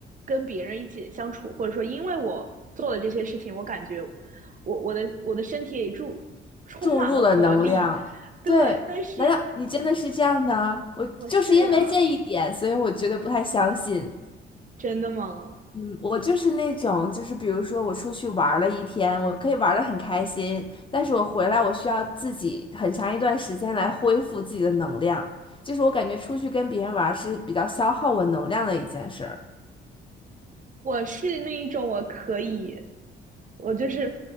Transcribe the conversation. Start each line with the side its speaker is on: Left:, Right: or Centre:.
Right: 跟别人一起相处，或者说因为我做了这些事情，我感觉我我的我的身体里注充满了活力，
Left: 注入了能量。
Right: <laughs> 对，
Left: 对，
Right: 但是
Left: 难道你真的是这样的啊？我就是因为这一点，
Right: 我是呀，
Left: 所以我觉得不太相信。
Right: 真的吗？
Left: 嗯，我就是那种，就是比如说我出去玩儿了一天，我可以玩的很开心，但是我回来我需要自己很长一段时间来恢复自己的能量。就是我感觉出去跟别人玩儿是比较消耗我能量的一件事儿，
Right: 我是那一种我可以，我就是